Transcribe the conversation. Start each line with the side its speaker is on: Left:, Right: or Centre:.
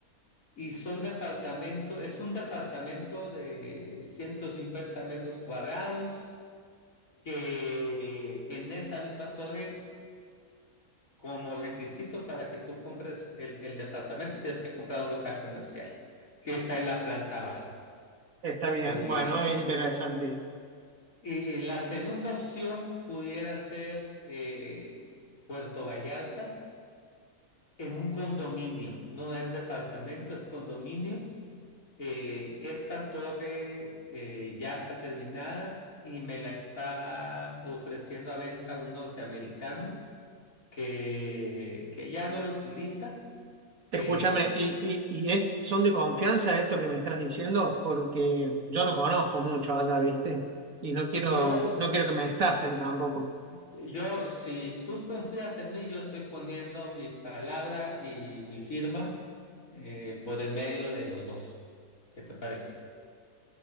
Left: y son departamento, es un departamento de 150 metros cuadrados que en esa misma torre, como requisito para que tú compres el, el departamento, tienes que comprar un local comercial que está en la planta baja.
Right: Está bien,
Left: Eh,
Right: bueno, es interesante.
Left: y la segunda opción pudiera ser eh, Puerto Vallarta en un condominio, no es departamento, es condominio Eh, esta torre eh, ya está terminada y me la está ofreciendo a venta un norteamericano que, que ya no lo utiliza. Eh,
Right: Escúchame, ¿y, y, y es- son de confianza esto que me estás diciendo? Porque yo no conozco mucho allá, ¿viste? Y no quiero,
Left: yo,
Right: no quiero que me estafen tampoco.
Left: yo, si tú confías en mí, yo estoy poniendo mi palabra y mi firma eh, por el medio de los dos. ¿Qué te parece?